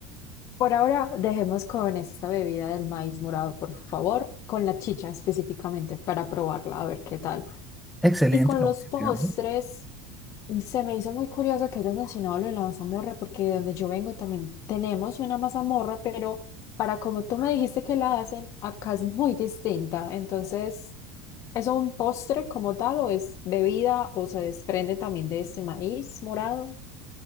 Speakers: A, on the left (about 45°); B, in the centre.
A: Por ahora, dejemos con esta bebida del maíz morado, por favor, con la chicha específicamente, para probarla, a ver qué tal.
B: Excelente.
A: Y con
B: lo
A: los
B: voy
A: postres,
B: a pegar.
A: se me hizo muy curioso que hayas mencionado lo de la mazamorra, porque de donde yo vengo también tenemos una mazamorra, pero para como tú me dijiste que la hacen, acá es muy distinta. Entonces, ¿es un postre como tal o es bebida o se desprende también de este maíz morado?